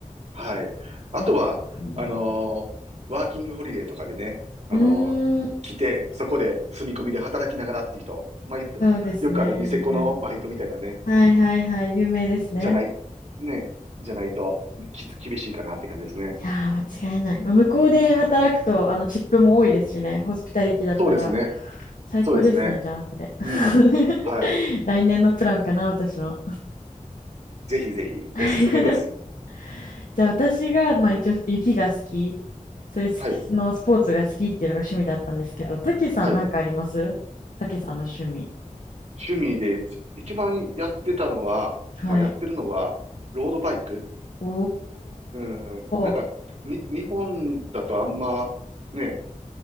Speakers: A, on the right; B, on the left.
A: はい。あとは、
B: へえうん、
A: あのーワーキングホリデーとかでね、あのー来て、
B: うーん
A: そこで住み込みで働きながらって人。まあ、いっとよくあるニセコのバイトみたいなね、
B: そうですね。はいはいはい、有名ですね。
A: じゃない、ね、じゃないと、きつ、厳しいかなって感じですね。
B: いやー、間違いない。まあ向こうで働くと、あの、チップも多いですしね、ホスピタリティだったら、
A: そうですね。
B: 最高ですね、
A: そうですね。
B: じゃあ、それ。<laughs>
A: うん。はい。
B: 来年のプランかな、私の。
A: ぜひぜひ、
B: <laughs>
A: おすすめです。
B: じゃあ、私が、まあ、一応、雪が好き、そういうスキスのスポーツが好きっていうのが趣味だったんですけど、
A: はい。
B: たけさん、
A: はい。
B: なんかありますたけさんの趣味。
A: 趣味で、一番やってたのは、
B: はい。
A: まあ、やってるのは、ロードバイク。
B: お
A: うん。なんか、
B: ー。
A: に、日本だとあんま、ね、